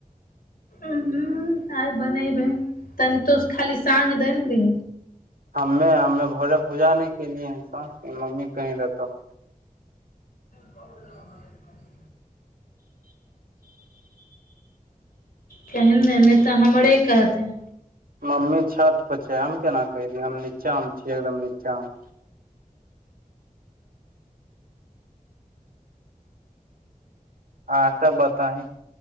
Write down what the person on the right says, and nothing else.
हमे हमे भोरे पूजा नहि केलियै हैं सस मम्मी कहीं रहतौ।
मम्मी छत पर छै हम केना कहि देने, हम नीचा मे छ छियै एकदम नीचा मे। आर सब बताइ।